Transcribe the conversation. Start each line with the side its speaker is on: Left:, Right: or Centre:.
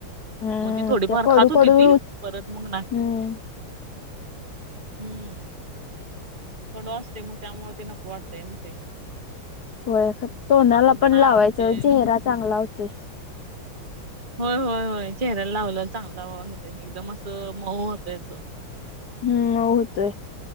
Left: हम्म
Right: मग ती थोडीफार
Left: त्या कडू
Right: खात होती
Left: कडू
Right: ती परत ना
Left: हम्म
Right: हम्म. कडू असते मग त्यामुळे ते नको वाटतंय ना ते
Left: होय तोंडाला
Right: आपण तर
Left: पण
Right: ना
Left: लावायचं
Right: म्हणजे
Left: चेहरा चांगला होतोय.
Right: होय होय होय चेहऱ्याला लावलेला चांगलाेत एकदम असं मऊ होतय अस.
Left: हम्म होऊत आहे.